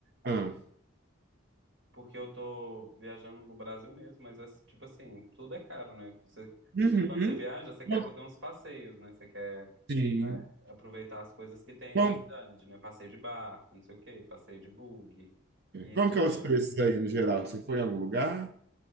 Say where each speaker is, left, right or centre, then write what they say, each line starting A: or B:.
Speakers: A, on the right; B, on the right.
A: Ah.
B: porque eu tô viajando no Brasil mesmo, mas é tipo assim, tudo é caro, né? Você-
A: Uhum.
B: quando você viaja, você quer
A: Como-
B: fazer uns passeios, né? Você quer
A: Sim.
B: aproveitar as coisas que tem
A: Como,
B: na cidade, né? Passeio de barco, não sei o quê, passeio de bug. E
A: como
B: tudo.
A: que é os preços aí no geral? Você foi em algum lugar?